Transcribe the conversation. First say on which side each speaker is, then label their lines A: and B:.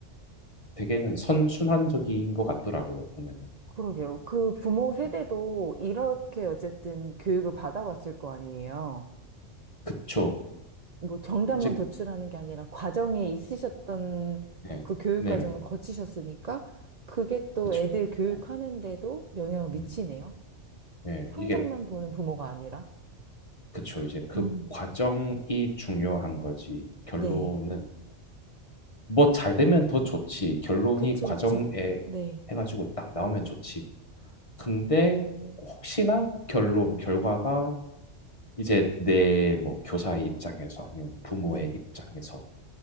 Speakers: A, on the left; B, on the right.
A: 되게는 선순환적인 것 같더라고요, 보면은.
B: 그러게요. 그 부모 세대도
A: 네.
B: 이렇게 어쨌든 교육을 받아왔을 거 아니에요.
A: 그쵸.
B: 뭐 정답만
A: 이제,
B: 도출하는 게 아니라 과정이 있으셨던
A: 네.
B: 그 교육
A: 네네.
B: 과정을 거치셨으니까 그게 또
A: 그쵸.
B: 애들 교육하는데도
A: 네.
B: 영향을 미치네요.
A: 음. 네.
B: 성적만
A: 이게,
B: 보는 부모가 아니라.
A: 그쵸. 이제 그
B: 음,
A: 과정이 중요한 거지. 결론은,
B: 네.
A: 뭐 잘 되면 더 좋지. 결론이
B: 그쵸,
A: 과정에
B: 그쵸. 네,
A: 해가지고 딱 나오면 좋지. 근데 혹시나 결론, 결과가 이제 내 뭐 교사의 입장에서 아니면 부모의
B: 네,
A: 입장에서